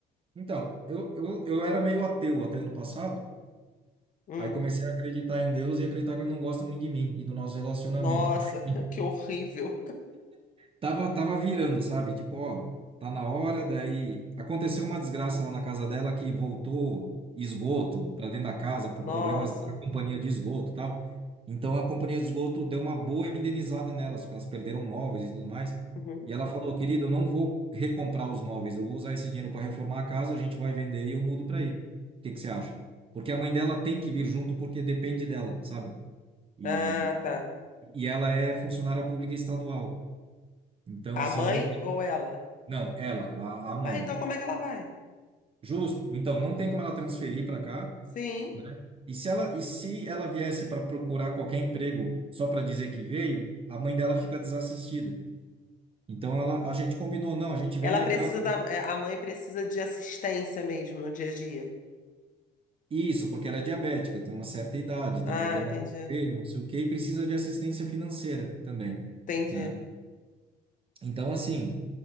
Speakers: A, on the right (about 30°); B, on the left (about 45°).
A: Então, eu, eu, eu era meio ateu até ano passado,
B: Hum,
A: aí comecei a acreditar em Deus e acreditar que ele não gosta muito de mim e do nosso relacionamento.
B: nossa, <laughs>
A: <laughs>
B: que horrível.
A: Tava, tava virando, sabe? Tipo, ó, tá na hora, daí aconteceu uma desgraça lá na casa dela que voltou esgoto para dentro da casa por
B: Nossa.
A: problemas da companhia de esgoto, e tal. Então a companhia de esgoto deu uma boa indenizada nelas, porque elas perderam móveis e tudo mais.
B: Uhum.
A: E ela falou, querido, eu não vou recomprar os móveis, eu vou usar esse dinheiro para reformar a casa, a gente vai vender e eu mudo para aí. O que que você acha? Porque a mãe dela tem que vir junto porque depende dela, sabe? E,
B: Ah, tá.
A: e ela é funcionária pública estadual. Então,
B: A
A: assim,
B: mãe
A: não
B: ou ela?
A: não, ela, a, a Amanda.
B: Ah, então como é que ela vai?
A: Justo. Então, não tem como ela transferir para cá,
B: Sim.
A: né? E se ela, e se ela viesse para procurar qualquer emprego só para dizer que veio, a mãe dela fica desassistida. Então, ela, a gente combinou, não, a gente vende
B: Ela precisa
A: a casa.
B: da, é, a mãe precisa de assistência mesmo no dia a dia.
A: Isso, porque ela é diabética, tem uma certa idade,
B: Ah,
A: tem problema
B: entendi.
A: no joelho, não sei o quê, e precisa de assistência financeira também,
B: Entendi.
A: né? Então, assim,